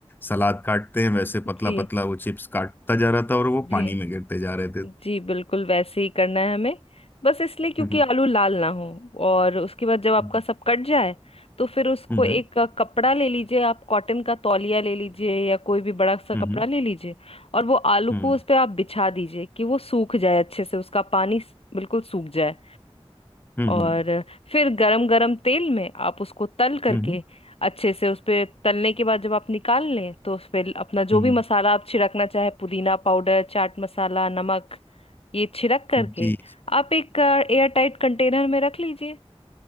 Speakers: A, on the left; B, on the left.
A: सलाद काटते हैं वैसे पतला
B: जी
A: पतला वो चिप्स काटता जा रहा था और वो
B: जी
A: पानी में गिरते जा रहे थे
B: जी बिल्कुल वैसे ही करना है हमें बस इसलिए क्योंकि
A: हम्म
B: आलू लाल ना हो और उसके बाद जब आपका
A: हम्म
B: सब कट जाए तो फिर उसको
A: हम्म
B: एक अ, कपड़ा ले लीजिए आप कॉटन का तौलिया ले लीजिए या कोई भी बड़ा सा
A: हम्म
B: कपड़ा
A: हम्म,
B: ले लीजिए और वो आलू
A: हम्म।
B: को उस पर आप बिछा दीजिए कि वो सूख जाए अच्छे से उसका पानी स- बिल्कुल सूख जाए
A: हम्म
B: और
A: हम्म
B: फिर गरम गरम तेल में आप उसको तल करके
A: हम्म
B: अच्छे से उस पे तलने के बाद जब आप निकाल लें तो उस पे अपना जो
A: हम्म,
B: भी मसाला आप छिड़कना चाहे पुदीना पाउडर चाट मसाला नमक ये छिड़क करके
A: हम्म, जी
B: आप एक एयर टाइट कंटेनर में रख लीजिए